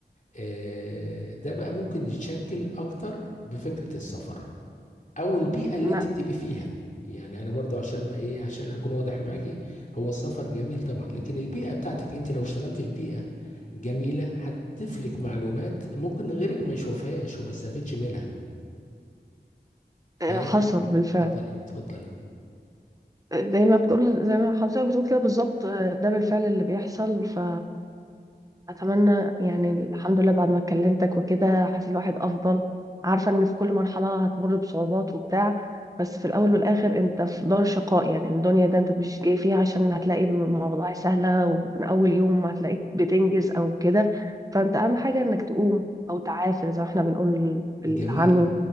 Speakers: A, on the left; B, on the right.
A: آه، ده بقى ممكن يتشكل اكتر بفكرة السفر او البيئة اللي
B: لا
A: انت بتبقي فيها يعني انا برضو عشان ما ايه عشان اكون واضح معاكي هو السفر جميل طبعا لكن البيئة بتاعتك انت لو اشتغلت في بيئة جميلة هتضيف لك معلومات ممكن غيرك ما يشوفهاش وما يستفيدش منها
B: آه،
A: فايه
B: حصل بالفعل
A: اتفضلي اتفضلي
B: آه، زي ما بتقول زي ما حضرتك بتقول كده بالظبط آه، ده بالفعل اللي بيحصل ف اتمنى يعني الحمد لله بعد ما كلمتك وكده حاسس الواحد افضل عارفه ان في كل مرحله هتمر بصعوبات وبتاع بس في الاول والاخر انت في دار شقاء يعني الدنيا ده انت مش جاي فيها عشان هتلاقي المواضيع سهله ومن اول يوم هتلاقيك بتنجز او كده فانت اهم حاجه انك تقوم او تعافر زي ما احنا بنقول بالعامي
A: جميل